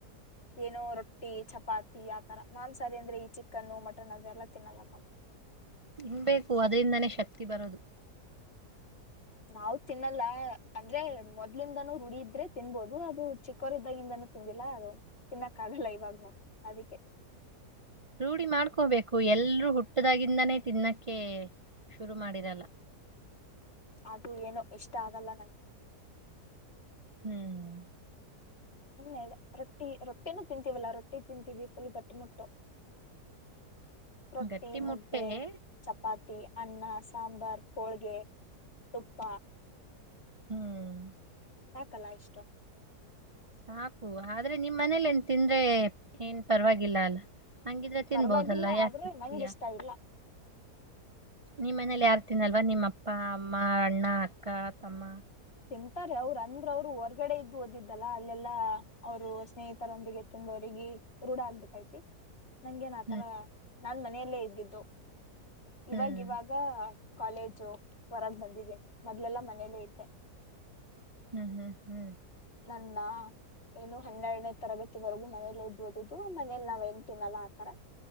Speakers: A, on the left; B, on the right.
A: ಏನೋ ರೊಟ್ಟಿ ಚಪಾತಿ ಆತರ ಮಾನ್ಸಾರಿ ಅಂದ್ರೆ ಈ ಚಿಕನ್ನು ಮಟನ್ ಅದೆಲ್ಲ ತಿನ್ನಲ್ಲ ನಾವು
B: ಇನ್ ಬೇಕು ಅದರಿಂದನೇ ಶಕ್ತಿ ಬರೋದು
A: ನಾವವು ತಿನ್ನಲ್ಲ ಅಂದ್ರೆ ಮೊದ್ಲಿಂದನೂ ರುಡಿಿದ್ರೆ ತಿನ್ಬೋದು ಅದು ಚಿಕ್ಕವರಿದ್ದಾಗಿಂದನೂ ತಿಂದಿಲ್ಲ ಅದು ತಿನ್ನಕ್ಕ ಆಗಲ್ಲ ಇವಾಗ್ನು ಅದಕ್ಕೆ
B: ರೂಢಿ ಮಾಡ್ಕೋಬೇಕು ಎಲ್ರೂ ಹುಟ್ಟದಾಗಿಿಂದಾನೇ ತಿನ್ನಕ್ಕೆ ಶುರು ಮಾಡಿರಲ್ಲ
A: ಅದು ಏನು ಇಷ್ಟ ಆಗಲ್ಲ ನಂಗೆ
B: ಹ್ಮ್
A: ಸುಮ್ಮನೆ ಇ ರೊಟ್ಟಿ ರೊಟ್ಟಿನೂ ತಿಂತೀವಲ್ಲಾ ರೊಟ್ಟಿ ತಿಂತೀವಿ ಫುಲ್ ಬಟ್ಟಿ ಮುಟ್ಟು ರೊಟ್ಟಿ
B: ಗಟ್ಟಿ
A: ಮುದ್ದೆ
B: ಮುಟ್ಟೆ
A: ಚಪಾತಿ ಅನ್ನ ಸಾಂಬಾರ್ ಹೋಳ್ಗೆ ತುಪ್ಪ
B: ಹ್ಮ್
A: ಹಾಕಲ್ಲ ಇಷ್ಟು
B: ಸಾಕು ಆದ್ರೆ ನಿಮ್ ಮನೇಲಿ ಏನ್ ತಿಂದ್ರೆ ಏನ್ ಪರವಾಗಿಲ್ಲ ಅಲ್ಲ ಹಂಗಿದ್ರೆ ತಿನ್ಬೋದಲ್ಲ
A: ಪರವಾಗಿಲ್ಲ
B: ಯಾಕೆತಯಾ
A: ಆದ್ರೆ ನಂಗೆ ಇಷ್ಟ ಇಲ್ಲ
B: ನಿಮ್ಮನಲಿ ಎ ಯಾರ್ ತಿಿನಲ್ವಾ ನಿಮ್ಮ ಅಪ್ಪ ಅಮ್ಮ ಅಣ್ಣ ಅಕ್ಕ ತಮ್ಮ
A: ತಿಂತಾರೆ ಅವ್ರು ಅಂದ್ರ ಅವ್ರು ಹೊರ್ಗಡೆ ಇದ್ದು ಓದಿದ್ದಲ್ಲ ಅಲ್ಲೆಲ್ಲಾ ಅವರು ಸ್ನೇಹಿತರೊಂದಿಗೆ ತುಂಬವರಿಗೆಿ ರೂಢ ಆಗ್ಬಿಟ್ಟೈತಿ ನಂಗ ೇನ್ ಆತರ
B: ಹ್ಮ್
A: ನಾನ್ ಮನೆಯಲ್ಲೇ ಇದ್ದಿದ್ದು ಇವಾಗ
B: ಹ್ಮ್
A: ಇವಾಗ ಕಾಲೇಜು ಹೊರಾಗ ಬಂದಿದ್ದೀನಿ ಮೊದ್ಲೆಲ್ಲಾ ಮನೇಲ್ಲೇ ಇದ್ದೆ
B: ಹ್ಮ್ ಹ್ಮ್ ಹ್ಮ್
A: ನನ್ನ ಏನು ಹನ್ನೆರನೇ ತರಗತಿವರೆಗೂ ಮನೇಲಿ ಇದಬೋದಿದ್ದು ಮನೇಲಿ ನಾವ್ ಎನ್ ತಿನ್ನಲ್ಲ ಆತರ